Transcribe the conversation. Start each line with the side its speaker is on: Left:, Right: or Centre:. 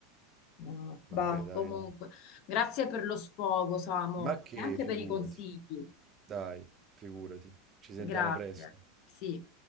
Left: No, bah,
Right: Vabbè, dai.
Left: comunque,
Right: Anto.
Left: grazie per lo sfogo, Samo,
Right: Ma che,
Left: e anche
Right: figurati,
Left: per i consigli.
Right: dai, figurati. Ci sentiamo
Left: Grazie.
Right: presto.
Left: Sì.